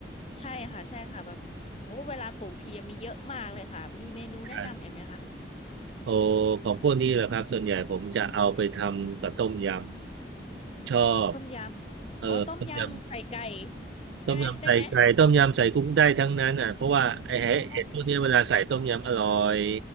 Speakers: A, on the left; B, on the right.
A: ใช่ค่ะใช่ค่ะแบบโอ้เวลาปลูกทีมีเยอะมากเลยค่ะมีเมนูแนะนำเอ็มไหมคะ
B: ใช่โอของพวกนี้แหละครับส่วนใหญ่ผมจะเอาไปทำกับต้มยำชอบ
A: ต้มยำอ๋อต้มยำใส่ไก่
B: เออต้มยำต้มยำใส่ไก่ต้มยำใส่กุ้งได้ทั้งนั้นอ่ะเพราะว่าไอ้เห็ดพวกนี้เวลาใส่ต้มยำอร่อย
A: ใช่ไหมได้ไหมอ๋อ